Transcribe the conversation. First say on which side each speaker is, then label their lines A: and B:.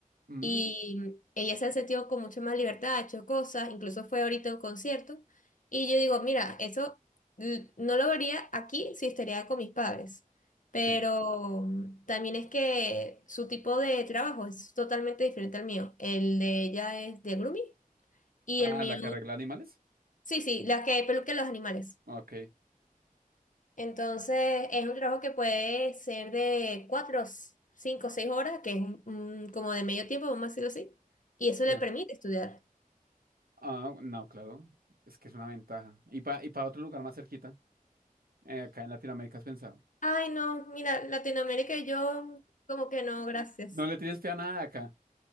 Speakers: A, on the right; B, on the left.
A: Mm,
B: Y ella se ha sentido con mucha más libertad, ha hecho cosas, incluso fue ahorita a un concierto. Y yo digo, mira, eso l- no lo vería aquí si estaría con mis padres. Pero
A: sí.
B: mm, también es que su tipo de trabajo es totalmente diferente al mío. El de ella es de grooming y
A: Ah,
B: el mío,
A: la que arregla animales.
B: sí, sí, la que peluca los animales.
A: Ok,
B: Entonces es un trabajo que puede ser de cuatro, cinco, seis horas, que es un- un- como de medio tiempo, vamos a decirlo así. Y eso le
A: sí.
B: permite estudiar.
A: Ah, no, claro. Es que es una ventaja. Y para y pa otro lugar más cerquita. Eh, acá en Latinoamérica has pensado.
B: Ay, no, mira, Latinoamérica y yo, como que no, gracias.
A: No le tienes fe a nada acá,